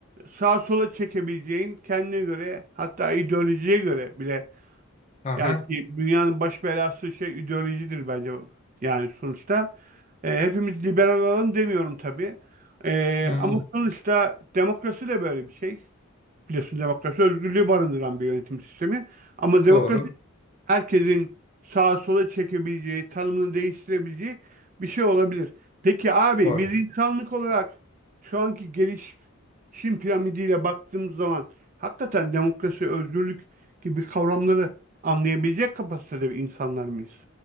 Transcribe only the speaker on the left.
Aha.
Hı,
doğru.
Doğru.